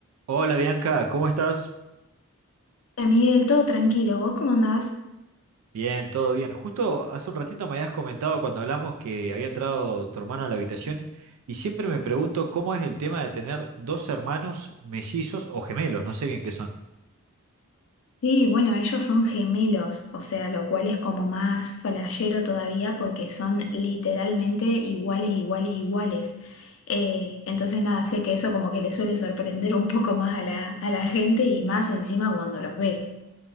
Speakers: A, on the right; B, on the left.
A: Hola Bianca, ¿cómo estás?
B: Hola Miguel, todo tranquilo, ¿vos cómo andás?
A: Bien, todo bien. Justo hace un ratito me habías comentado cuando hablamos que había entrado tu hermano a la habitación y siempre me pregunto cómo es el tema de tener dos hermanos mellizos o gemelos, no sé bien qué son.
B: Sí, bueno, ellos son gemelos, o sea, lo cual es como más flashero todavía porque son literalmente iguales, iguales, iguales. Eh, entonces nada, sé que eso como que le suele sorprender un poco más a la, a la gente y más encima cuando los ve.